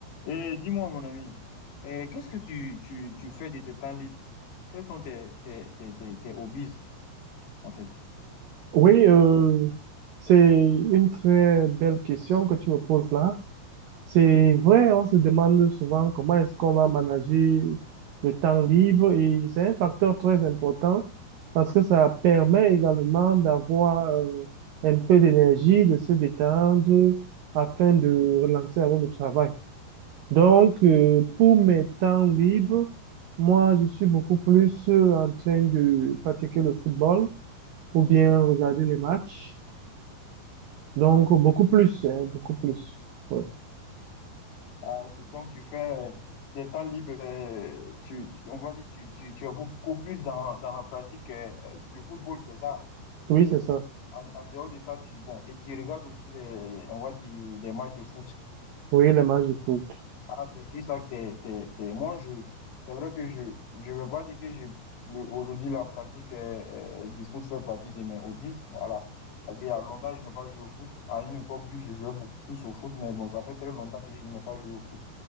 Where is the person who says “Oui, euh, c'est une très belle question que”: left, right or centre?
Right